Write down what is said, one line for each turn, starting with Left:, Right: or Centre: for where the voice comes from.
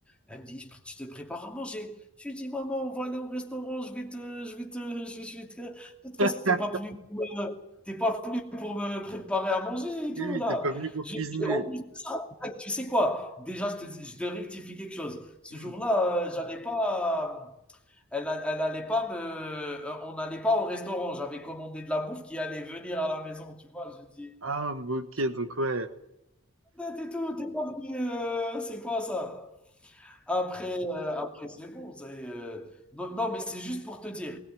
Centre: elle me dit: «Je pré je te prépares à manger». Je lui dis: «Maman, on va aller au restaurant, je vais te je vais te <laughs> je je vais te de toute
Right: <laughs>
Centre: façon, tu es pas venu pour me tu pas venu pour me préparer à manger et tout
Right: Oui, oui,
Centre: là».
Right: t'es pas venu pour
Centre: J'ai
Right: cuisiner.
Centre: et en plus de ça, mec, tu sais quoi? Déjà, je te dis je dois rectifier quelque chose. Ce
Right: Hmm.
Centre: jour-là, heu, j'allais pas elle, elle allait pas me, euh, on n'allait pas au restaurant. J'avais commandé de la bouffe qui allait venir à la maison, tu vois. Je dis,
Right: Ah, ok,
Centre: je suis
Right: donc ouais.
Centre: pas et tout, t'es pas venu, euh, c'est quoi ça? Après, heu, après c'est bon, c'est, heu, non, non, mais c'est juste pour te dire,